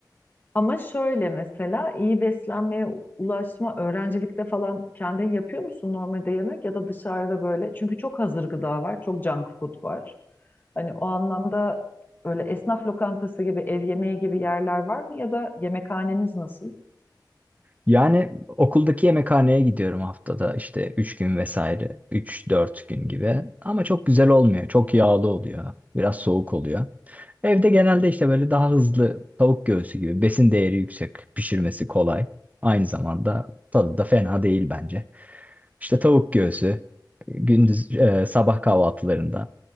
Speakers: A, on the left; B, on the right.
A: Ama şöyle mesela iyi beslenmeye ulaşma öğrencilikte falan kendin yapıyor musun normalde yemek ya da dışarıda böyle? Çünkü çok hazır gıda var, çok junk food var. Hani o anlamda öyle esnaf lokantası gibi, ev yemeği gibi yerler var mı ya da yemekhaneniz nasıl?
B: Yani okuldaki yemekhaneye gidiyorum haftada işte 3 gün vesaire üç dört gün gibi ama çok güzel olmuyor çok yağlı oluyor biraz soğuk oluyor. Evde genelde işte böyle daha hızlı tavuk göğsü gibi besin değeri yüksek pişirmesi kolay aynı zamanda tadı da fena değil bence. İşte tavuk göğsü gündüz e, sabah kahvaltılarında